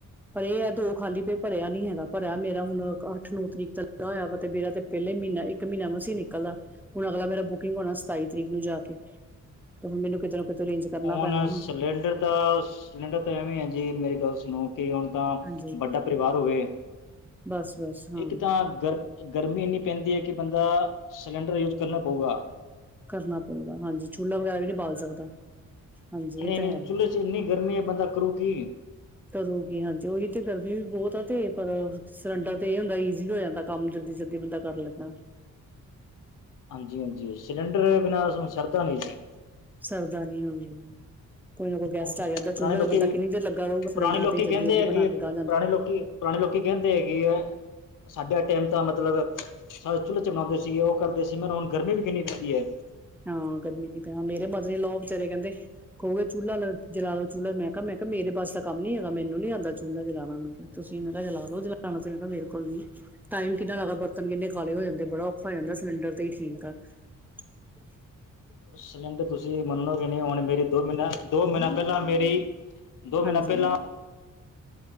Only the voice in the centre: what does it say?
ਪਰ ਇਹ ਐ ਦੋ ਖਾਲੀ ਪੇ ਭਰਿਆ ਨੀ ਹੈਗਾ, ਭਰਿਆ ਮੇਰਾ ਹੁਣ ਅੱਠ ਨੌ ਤਰੀਕ ਤੱਕ ਹੋਇਆ ਵਾ 'ਤੇ ਮੇਰਾ 'ਤੇ ਪਹਿਲਾ ਈ, ਮਹੀਨਾ ਇੱਕ ਮਹੀਨਾ ਮਸੀ ਨਿਕਲਦਾ। ਹੁਣ ਅਗਲਾ ਮੇਰਾ ਬੁਕਿੰਗ ਹੋਣਾ, ਸਤਾਈ ਤਰੀਕ ਨੂੰ ਜਾ ਕੇ। ਤੇ ਹੁਣ ਮੈਨੂੰ ਕਿਤੇ ਨਾ ਕਿਤੋ, ਅਰੇਂਜ ਕਰਨਾ
ਪੈਣਾ ਹੁ
ਹਾਂਜੀ
ਬਸ ਬਸ ਹਾਂ
ਕਰਨਾ ਪਊਗਾ ਹਾਂਜੀ, ਚੁੱਲਾ ਵਗੈਰਾ ਵੀ ਨੀ ਬਾਲ ਸਕਦਾ। ਹਾਂਜੀ
ਇਹ ਤਾਂ ਹੈ
ਕਰੂਗੀ ਹਾਂਜੀ ਉਹੀ ਤੇ ਗਰਮੀ ਵੀ ਬਹੁਤ ਆ ਤੇ ਪਰ ਸਿਲੰਡਰ ਤੇ ਏ ਹੁੰਦਾ ਈਜ਼ੀ ਵੀ ਹੋ ਜਾਂਦਾ ਕੰਮ ਜਲਦੀ-ਜਲਦੀ ਬੰਦਾ ਕਰ ਲੈਂਦਾ।
ਸਰਦਾ ਨੀ ਹਂ। ਕੋਈ ਨਾ ਕੋਈ ਗੈਸਟ
ਆ ਜਾਂਦਾ,
ਚੁੱਲ੍ਹੇ
ਤੇ ਬੰਦਾ ਕਿੰਨੀ ਦੇਰ ਲੱਗਾ ਰਊਗਾ
ਸਿਲਡਰ
ਤੇ ਜਲਦੀ-ਜਲਦੀ
ਬਣਾ
ਕੇ ਗਾਂ ਜਾਂਦਾ।
ਹਾਂ ਗਰਮੀ ਵੀ ਤਾਂ ਮੇਰੇ ਮਦਰ ਇੰਨ ਲੋ ਵਿਚਾਰੇ ਕੇਂਦੇ ਖੋਵੇ ਚੁੱਲਾ ਲ ਜਲਾਲੋ ਚੁੱਲਾ ਮੈਂ ਕਿਆ, ਮੈਂ ਕਿਆ ਮੇਰੇ ਬਸ ਦ ਕੰਮ ਨੀ ਹੈਗਾ, ਮੈਨੂੰ ਨੀ ਆਂਦਾ ਚੁੱਲਾ ਜਲਾਣਾ ਮੈਂ ਕਿਆ। ਤੁਸੀਂ ਮੈਂ ਕਿਆ ਜਲਾਲੋ ਜਲਾਣਾ ਤੇ ਮੈਂ ਕਿਆ ਮੇਰੇ ਕੋਲ ਨਈ। ਟਾਈਮ ਕਿੰਨਾ ਲਾਗਾ ਬਰਤਨ ਕਿੰਨੇ ਕਾਲੇ ਹੋ ਜਾਂਦੇ, ਬੜਾ ਔਖਾ ਹੋ ਜਾਂਦਾ, ਸਿਲੰਡਰ ਤੇ ਈ ਠੀਕ ਆ। <inaudible>
ਹਾਂਜੀ